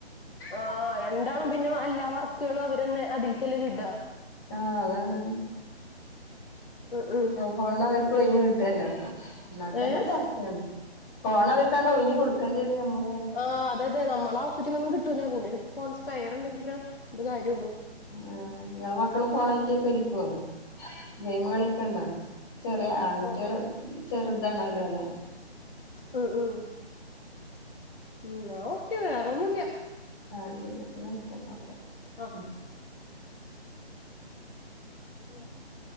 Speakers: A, on the left; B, on the left.
A: ആ രണ്ടാളും പിന്നെ എല്ലാ വർക്കുകളും അവരന്നെ അതിൽക്കല്ലെ വിടാ.
B: ആഹ് അതാണ്
A: ഉം ഉം
B: ഫോണ് അവർക്ക് ഒഴിഞ്ഞഞ് കിട്ടല്ലോപ്പ എന്നാത്തന്നെ
A: ഏഹ്
B: തിരക്കാണ്. ഫോണ് അവർക്കാണ്ട് ഒഴഞ് കൊടുക്കേണ്ടി വരും നമ്മള്
A: ആഹ് അതെ അതെ നമ്മളെ ആവശ്യത്തിനൊന്നും കിട്ടൂല പിന്നെ ഒരു ഫോൺസ്പയർ ഉണ്ടെങ്കില് അന്ത് കാര്യം ഒള്ളൂ.
B: ആ ഇങ്ങളെ മക്കള് ഫോണായിട്ട് ഒക്കെ ഇരിക്കേ ഗെയിമ് കളി ഒക്കണ്ടോ? ചെറിയ ആൺകുട്ടികളെ
A: ആഹ്
B: ചെറുതാണല്ലോ ല്ലെ,
A: ഉം ഉം ഉം ന്നാ ഓക്കെ വേറൊന്നല്ല
B: <unintelligible> ന്നായിക്കട്ടോ ഓക്കെ
A: ആഹ്
B: ഉ,
A: <unintelligible>